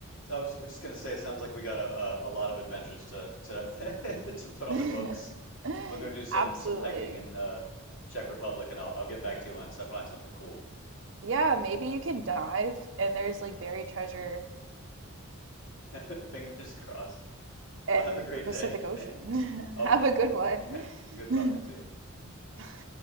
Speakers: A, on the left; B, on the right.
A: I was just going to say, it sounds like we got a, a, a lot of adventures to to <laughs> to put on
B: ahead.
A: the books.
B: <laughs>
A: I'm gonna go do some
B: Absolutely.
A: some hiking in uh, Czech Republic, and I'll I'll get back to you once I find something cool.
B: Yeah, maybe you could dive and there's like buried treasure
A: <laughs> Fingers crossed.
B: in
A: Well, have a great
B: the Pacific
A: day.
B: Ocean.
A: <laughs> Oh,
B: <laughs> Have a good
A: <laughs> good
B: one.
A: talking to you.
B: <laughs>